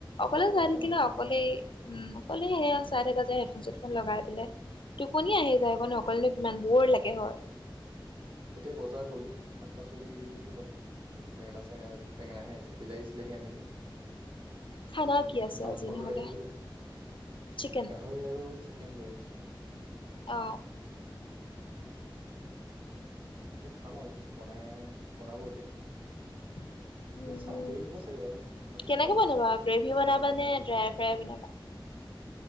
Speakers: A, on the left (about 75°); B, on the right (about 80°).
A: অকলে
B: পতককে
A: চাই থাকিলে
B: নধৰে
A: অকলেই উম, অকলে সেয়া চাই থাকা যে হেডফোন চেডফোন লগাই পেলাই,
B: উম
A: টোপনিয়ে আহি যায় অ ন অকলেনো কিমান বৰ লাগে হয়।
B: এতিয়া বজাৰ গলো। শাক পাচলি অলপ- এই বেঙেনা চেঙেনা বেঙেনাহে আহিছে বিলাহী চিলাহী আনিলো।
A: খানা
B: উম
A: কি আছে
B: মাংস
A: আজি নহ'লে
B: লৈ আহিলো,
A: চিকেন
B: গাহৰি- ৰি আৰু চিকেন লৈ আহিছো।
A: অ।
B: তাকে খাম আৰু, বনাই বনাব এতিয়া।
A: <inaudible>
B: পিছত
A: উম,
B: চাওঁ দেৰি হ'ব চাগে আৰু ভাত পানী
A: কেনেকে
B: খোৱালৈ
A: বনাবা
B: চাগে
A: গ্ৰেভি বনাবা
B: বাৰটামান
A: নে
B: বাজিবগে।
A: ড্ৰাই ফ্ৰাই বনাবা? <inaudible>